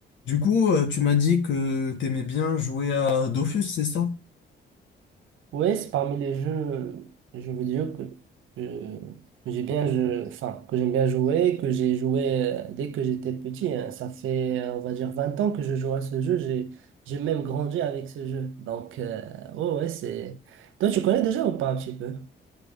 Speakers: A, on the left; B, on the right.
A: Du coup, euh, tu m'as dit que t'aimais bien jouer à Dofus, c'est ça?
B: Oui, c'est parmi les jeux, je veux dire, que, que, que j'ai bien, je, enfin, que j'aime bien jouer, que j'ai joué euh, dès que j'étais petit. hein. Ça fait, euh, on va dire, 20 ans que je joue à ce jeu. J'ai, j'ai même grandi avec ce jeu. Donc, euh, ouais, ouais, c'est... Toi, tu connais déjà ou pas un petit peu?